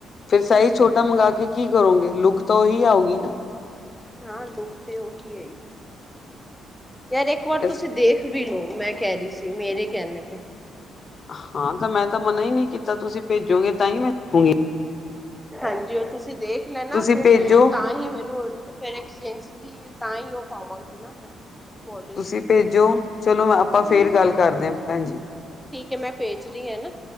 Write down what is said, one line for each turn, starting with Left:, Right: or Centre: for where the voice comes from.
Left: ਫਿਰ ਸਾਈਜ਼ ਛੋਟਾ ਮੰਗ ਕੇ ਕੀ ਕਰੋਂਗੇ ਲੁੱਕ ਤਾਂ ਓਹੀ ਆਉਗੀ ਨਾ।
Centre: ਹਾਂ ਲੁੱਕ ਤੇ ਓਹੀ ਆਏਗੀ। ਯਾਰ ਇੱਕ ਵਾਰ
Left: ਇਸ
Centre: ਤੁਸੀਂ ਦੇਖ ਵੀ ਲੋ ਮੈਂ ਕੈ ਰੀ ਸੀ ਮੇਰੇ ਕੈਣੇ ਤੇ।
Left: ਹਾਂ ਤਾਂ ਮੈਂ ਤਾਂ ਮਨਾ ਈ ਨੀ ਕੀਤਾ ਤੁਸੀਂ ਪੇਜੋਗੇ ਤਾਂ ਹੀ ਮੈਂ ਦੇਖੂਂਗੀ।
Centre: ਹਾਂਜੀ ਓ ਤੁਸੀਂ ਦੇਖ ਲੈਣਾ
Left: ਤੁਸੀਂ
Centre: ਫਿਰ
Left: ਭੇਜੋ
Centre: ਮੈਨੂੰ ਤਾਂ ਹੀ ਮੈਨੂੰ ਫਿਰ ਐਕਸਚੇਂਜ ਦੀ ਤਾਂ ਈ ਓ ਪਾਵਾਂਗੀ ਨਾ ਮੈਂ। ਪੋਲਿਸੀ
Left: ਤੁਸੀਂ ਪੇਜੋ ਚਲੋ ਆਪਾਂ ਫੇਰ ਗੱਲ ਕਾਰਦੇ ਆ ਪੈਣਜੀ।
Centre: ਠੀਕ ਏ ਮੈਂ ਪੇਜ ਰੀ ਆ ਨਾ।